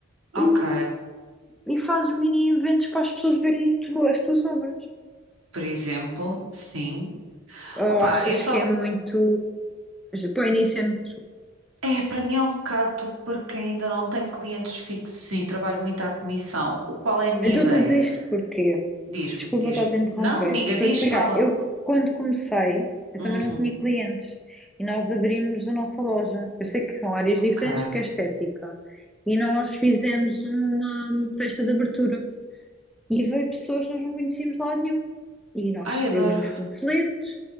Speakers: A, on the right; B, in the centre.
A: ok.
B: e, e fazes mini eventos para as pessoas verem tu- as tuas obras.
A: Por exemplo, sim.
B: Ou
A: Opa,
B: achas
A: é só,
B: que é muito, para o início é muito,
A: é, para mim é um bocado porque ainda não tenho clientes fixos, sim, trabalho muito à comissão. O qual é a minha
B: Eu estou
A: ideia?
B: a dizer isto porque,
A: Diz-me,
B: desculpa
A: diz-me.
B: estar a te interromper,
A: Não, amiga,
B: é que
A: diz,
B: eu ia chegar,
A: fala.
B: eu quando comecei, eu
A: Uhum,
B: também não tinha clientes e nós abrimos a nossa loja. Eu sei que são áreas
A: ok.
B: diferentes porque é estética e nós fizemos uma festa de abertura e veio pessoas que nós não conhecíamos de lado nenhum e nós
A: Ai,
B: distribuímos
A: adoro.
B: panfletos,